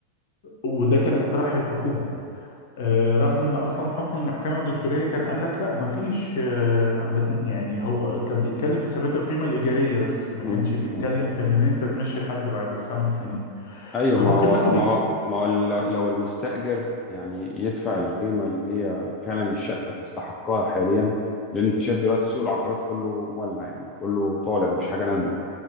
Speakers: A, on the left (about 50°); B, on the left (about 25°).
A: وده كان اقتراح الحكومة آه، رغم ان اصلا حكم المحكمه الدستوريه كان قال لك لا مفيش آه، ما ت- يعني هو كان بيتكلم في ثبات القيمه الايجاريه بس ما كانش
B: امم
A: بيتكلم
B: فعلا.
A: في ان انت تمشي حد بعد الخمس سنين
B: ايوه
A: فممكن
B: ما هو
A: ناخد
B: ما
A: الج-
B: هو ما هو لو لو المستأجر يعني يدفع القيمة اللي هي فعلا الشقة تستحقها حاليا لأن أنت شايف دلوقتي سوق العقارات كله مولع يعني كله طالع مفيش حاجة نازلة